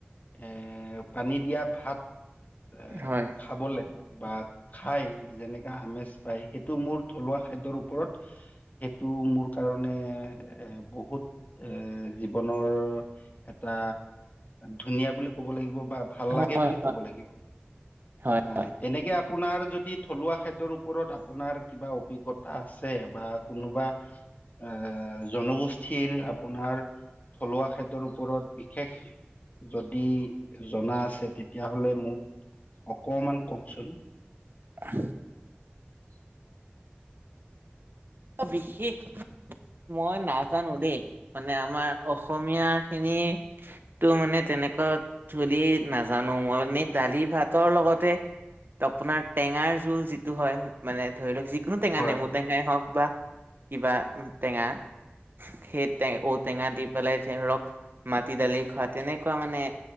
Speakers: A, on the left; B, on the right.
A: এ পানী দিয়া ভাত এ
B: হয়,
A: খাবলে বা খায় যেনেকা আমেজ পায় সেইটো মোৰ থলুৱা খাদ্যৰ ওপৰত সেইটো মোৰ কাৰণে এ বহুত এ জীৱনৰ এটা ধুনীয়া বুলি ক'ব লাগিব বা ভাল
B: হয়,
A: লাগে
B: হয়,
A: বুলি ক'ব লাগিব,
B: হয়,
A: আ
B: হয়,
A: তেনেকে আপোনাৰ যদি থলুৱা খাদ্যৰ ওপৰত আপোনাৰ কিবা অভিজ্ঞতা আছে বা কোনোবা এ জনগোষ্ঠীৰ অপোনাৰ থলুৱা খাদ্যৰ ওপৰত বিশেষ যদি জনা আছে তে তেতিয়াহলে মোক অকমান কওঁকচোন।
B: <inaudible>
A: <inaudible>
B: অঁ বিশেষ মই নাজানো দেই, মানে আমাৰ অসমীয়াৰ খিনি তো মানে তেনেকুৱা ধুলি নাজানো মই এনেই দালি ভাতৰ লগতে আপোনাৰ টেঙাৰ জোল যিটো হয়, মানে ধৰি লওঁক যিকোনো টেঙা
A: হয়
B: নেমু টেঙাই হওঁক বা কিবা উ টেঙা। সেই টে ঔটেঙা দি পেলাই ধৰক মাটি দালি খোৱা তেনেকুৱা মানে